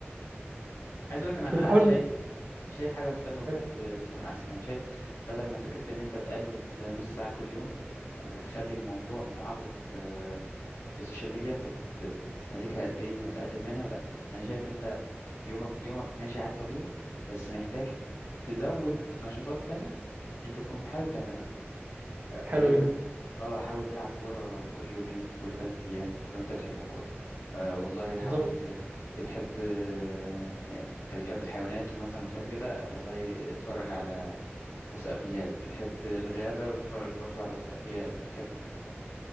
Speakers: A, on the left; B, on the right.
A: عايز اقول لك انا
B: كنت بحاول
A: آه، شايف شايف حاجه مختلفه ممكن
B: <laughs>
A: ت- تكون احسن يعني شايف بدل ما فكره ان انت تقلل نص ساعه كل يوم وتخلي الموضوع متعلق ب- بالسوشيال ميديا انت بت- بتستهلكها قد ايه فتقلل منها لا انا شايف انت في يومك يومك ماشي عادي طبيعي بس محتاج تزود نشاطات تانية انت تكون حابب تعملها آه،
B: حلو
A: وليكن
B: جدا
A: اه حاول تلعب كورة كل يومين كل ثلاث ايام لو انت بتحب الكورة آه والله حاول
B: بالظبط
A: بتحب آه بتحب الحيوانات ومثلا بتحب كده والله اتفرج على وثائقيات بتحب الغابة بتتفرج برضو على وثائقيات بتحب